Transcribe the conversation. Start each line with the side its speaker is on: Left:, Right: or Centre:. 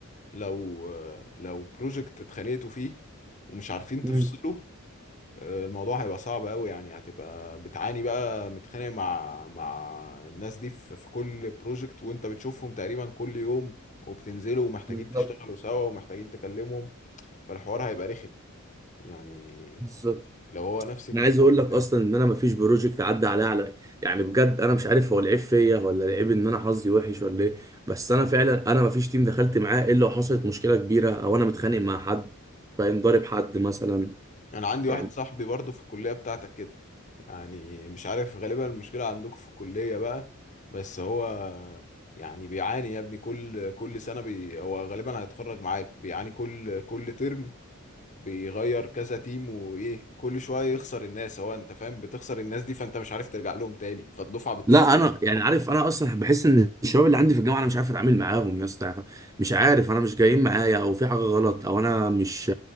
Left: لو آه، لو بروجكت اتخانقتوا فيه ومش عارفين
Right: مم.
Left: تفصله الموضوع هيبقى صعب قوي يعني هتبقى بتعاني بقى متخانق مع مع الناس دي في في كل بروجكت وانت بتشوفهم تقريبا كل يوم وبتنزلوا ومحتاجين
Right: بالظبط
Left: تشتغلوا سوا ومحتاجين تكلمهم فالحوار هيبقى رخم يعني
Right: بالظبط
Left: لو هو نفس التيم
Right: انا عايز اقول
Left: وبتاع
Right: لك اصلا ان انا مفيش بروجكت عدى عليا على يعني بجد انا مش عارف هو العيب فيا ولا العيب ان انا حظي وحش ولا ايه بس انا فعلا انا مفيش تيم دخلت معاه الا وحصلت مشكله كبيره او انا متخانق مع حد فاهم ضارب حد مثلا
Left: انا عندي واحد
Right: يعني
Left: صاحبي برضو في الكلية بتاعتك كده يعني مش عارف غالبا المشكلة عندكم في الكلية بقى بس هو يعني بيعاني يا ابني كل كل سنة بي هو غالبا هيتخرج معاك بيعاني كل كل ترم بيغير كذا تيم وايه كل شويه يخسر الناس هو انت فاهم بتخسر الناس دي فانت مش عارف ترجع لهم تاني فالدفعه بتصفى
Right: لا انا يعني عارف انا اصلا بحس ان الشباب اللي عندي في الجامعه انا مش عارف اتعامل معاهم يا اسطى مش عارف انا مش جايين معايا او في حاجه غلط او انا مش